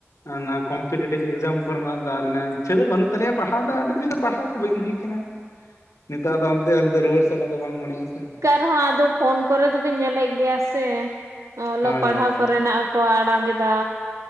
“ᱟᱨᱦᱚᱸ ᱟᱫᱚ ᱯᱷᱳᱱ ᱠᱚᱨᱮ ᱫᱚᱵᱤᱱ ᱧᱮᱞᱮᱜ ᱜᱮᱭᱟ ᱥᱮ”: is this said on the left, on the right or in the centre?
Right